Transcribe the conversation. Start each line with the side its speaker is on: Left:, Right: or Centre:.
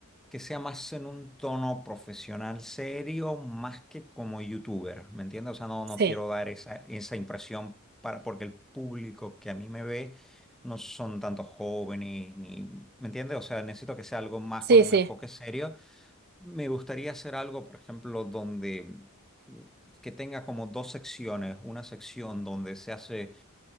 Centre: que sea más en un tono profesional serio, más que como youtuber, ¿me entiendes? O sea, no,
Right: sí,
Centre: no quiero dar esa, esa impresión para, porque el público que a mí me ve no son tantos jóvenes, ni, ¿me entiendes? O sea, necesito que sea algo más
Right: sí,
Centre: con un
Right: sí.
Centre: enfoque serio. Me gustaría hacer algo, por ejemplo, donde mm, que tenga como dos secciones, una sección donde se hace